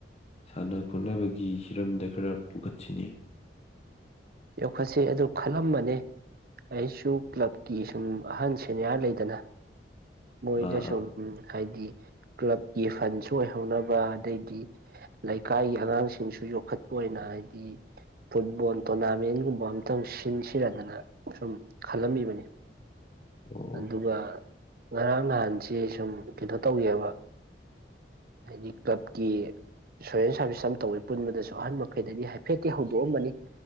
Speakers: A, on the left; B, on the right.
A: ꯁꯥꯟꯅ ꯈꯣꯠꯅꯕꯒꯤ ꯒꯤ ꯍꯤꯔꯝꯗ ꯈꯔ ꯄꯨꯈꯠꯁꯤꯅꯦ
B: ꯌꯣꯛꯈꯠꯁꯤ ꯑꯗꯨ ꯈꯜꯂꯝꯃꯅꯤ ꯑꯩꯁꯨ ꯀ꯭ꯂꯕꯀꯤ ꯁꯨꯝ ꯑꯍꯟ ꯁꯦꯅꯤꯌꯥꯔ ꯂꯩꯗꯅ ꯃꯣꯏꯗ
A: ꯑꯥ
B: ꯁꯨꯝ
A: ꯑꯥ
B: ꯎꯝ ꯍꯥꯏꯗꯤ ꯀ꯭ꯂꯕꯀꯤ ꯐꯟꯁꯨ ꯑꯣꯏꯍꯧꯅꯕ ꯑꯗꯩꯗꯤ ꯂꯩꯀꯥꯏꯒꯤ ꯑꯉꯥꯡꯁꯤꯡꯁꯨ ꯌꯣꯛꯈꯠꯄ ꯑꯣꯏꯅ ꯍꯥꯏꯗꯤ ꯐꯨꯠꯕꯣꯜ ꯇꯣꯔꯅꯥꯃꯦꯟꯒꯨꯝꯕ ꯑꯝꯇꯪ ꯁꯤꯟ ꯁꯤꯟꯅꯗꯅ ꯁꯨꯝ ꯈꯜꯂꯝꯃꯤꯕꯅꯤ
A: ꯑꯣ
B: ꯑꯗꯨꯒ ꯉꯔꯥꯡ ꯅꯍꯥꯟꯁꯤ ꯁꯨꯝ ꯀꯩꯅꯣ ꯇꯧꯋꯕ ꯍꯥꯏꯗꯤ ꯀꯞꯀꯤ ꯏꯟꯁꯨꯔꯦꯟꯁ ꯁꯥꯔꯚꯤꯁ ꯑꯃ ꯇꯧꯋꯤ ꯄꯨꯟꯕꯗꯁꯨ ꯑꯍꯟ ꯃꯈꯩꯗꯗꯤ ꯍꯥꯏꯐꯦꯠꯇꯤ ꯍꯧꯗꯣꯛꯑꯃꯅꯤ